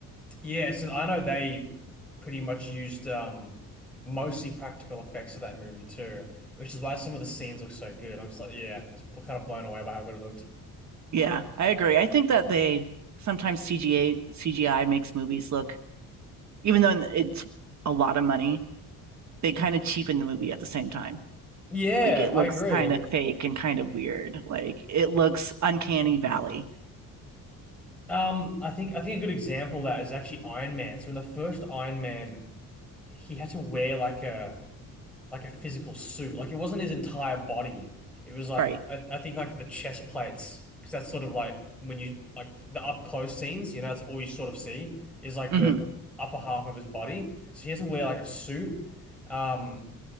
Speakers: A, in the centre; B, on the right.
A: Yeah, so I know they pretty much used um mostly practical effects for that movie too, which is why some of the scenes look so good. I'm just like yeah, I was kind of blown away by how good it looked.
B: Yeah, I agree. I think that they sometimes CGA CGI makes movies look, even though it's a lot of money, they kind of cheapen the movie at the same time.
A: Yeah,
B: Like it
A: I
B: looks
A: agree.
B: kind of fake and kind of weird. Like it looks uncanny valley.
A: Um, I think I think a good example of that is actually Iron Man. So in the first Iron Man, he had to wear like a like a physical suit. Like it wasn't his entire body. It was like
B: Right.
A: I, I think like the chest plates, because that's sort of like when you like the up close scenes, you know, that's all you sort of see is like
B: hmm
A: the upper half of his body. So he has to wear like a suit. Um,